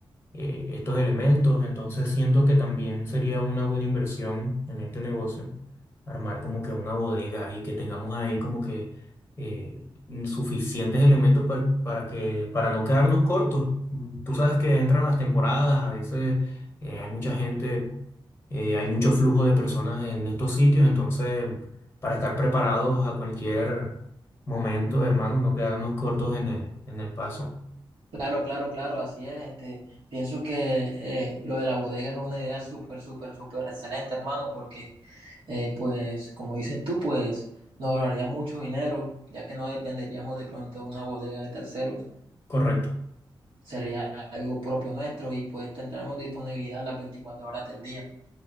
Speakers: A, on the left; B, on the right.
A: eh, estos elementos. Entonces siento que también sería una buena inversión en este negocio armar como que una bodega y que tengamos ahí como que eh, suficientes elementos par- para que para no quedarnos cortos. Mm, Tú sabes que entran las temporadas, a veces eh, hay mucha gente, eh, hay mucho flujo de personas en estos sitios, entonces para estar preparados a cualquier momento, hermano, no quedarnos cortos en el, en el paso.
B: Claro, claro, claro, así es. Este, pienso que eh, lo de la bodega es una idea súper, súper, súper excelente, hermano, porque, eh, pues, como dices tú, pues nos ahorraría mucho dinero, ya que no dependeríamos de pronto de una bodega de terceros.
A: Correcto.
B: sería algo propio nuestro y pues tendremos disponibilidad las 24 horas del día.